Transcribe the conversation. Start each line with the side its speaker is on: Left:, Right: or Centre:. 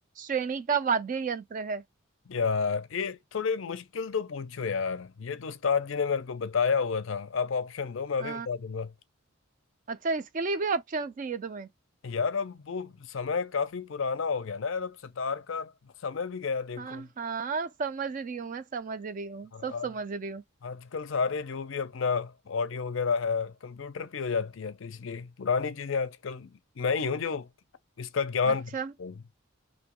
Right: श्रेणी का वाद्य यंत्र है
Left: यार ये थोड़े मुश्किल तो पूछो यार ये तो उस्ताद जी ने मेरे को बताया हुआ था आप ऑप्शन दो मैं
Right: अ,
Left: भी बता दूंगा।
Right: अच्छा इसके लिए भी ऑप्शन चाहिए तुम्हें
Left: यार अब वो समय काफी पुराना हो गया ना यार अब सितार का समय भी गया देखो
Right: हाँ हाँ समझ रही हूँ मैं समझ रही हूँ
Left: हाँ,
Right: सब
Left: आप
Right: समझ रही हूँ
Left: आजकल सारे जो भी अपना ऑडियो वगैरह है कंप्यूटर पे हो जाती है तो इसलिए पुरानी चीजें आजकल मैं ही हूँ जो इसका ज्ञान
Right: अच्छा
Left: रखता हूँ